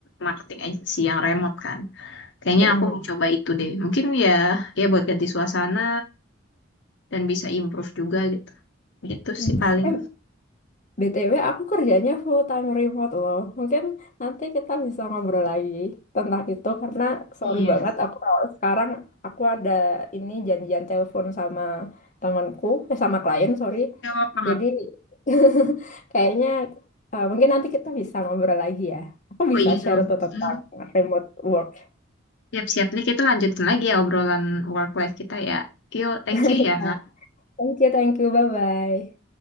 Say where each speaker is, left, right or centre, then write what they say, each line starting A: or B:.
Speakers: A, on the left (about 65°); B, on the left (about 40°).
A: marketing agency yang remote kan. Kayaknya
B: Mm-mm.
A: aku mau coba itu deh. Mungkin ya ya buat ganti suasana dan bisa improve juga gitu. Gitu
B: Mm.
A: sih paling.
B: Eh, BTW aku kerjanya full time remote loh. Mungkin nanti kita bisa ngobrol lagi tentang itu karena sorry
A: Iya,
B: banget aku kalau sekarang aku ada ini janjian telepon sama temanku, eh, sama klien, sorry.
A: nggak apa-apa. nggak
B: Jadi
A: apa-apa.
B: <laughs> kayaknya eh, mungkin nanti kita bisa ngobrol lagi ya. Aku bisa
A: Oh iya
B: share
A: dong.
B: tuh tentang
A: Hmm.
B: remote work.
A: Siap-siap nih kita lanjutin lagi ya obrolan work life kita ya. Yuk, thank
B: <laughs>
A: you ya.
B: Ya. Thank you, thank you, bye-bye.